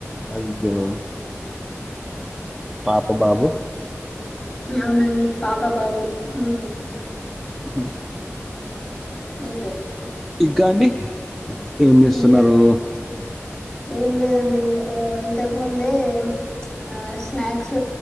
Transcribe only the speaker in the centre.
అయ్యో పాపు బాబు
ఉహు
ఇంకా అండి ఏం చేస్తున్నారు